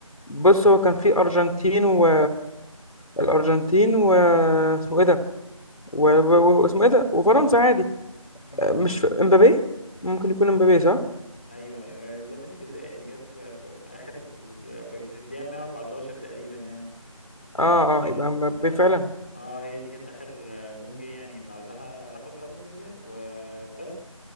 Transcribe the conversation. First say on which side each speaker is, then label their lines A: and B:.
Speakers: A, on the left; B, on the left.
A: بص هو كان في ارجنتين و الارجنتين و اسمه ايه ده و... و... واسمه ايه ده وفرنسا عادي
B: امم
A: آه، مش في... امبابي ممكن يكون امبابي صح
B: ايوه ايوه ضربه الجزاء اللي جت في في, في اخر في, في الدقيقه 114 تقريبا يعني آه،
A: اه
B: دي
A: اه
B: كانت
A: يبقى امبابي
B: اه
A: فعلا
B: آه، هي دي كانت اخر آه، جون جه يعني بعدها راحوا ضربات جزاء وبس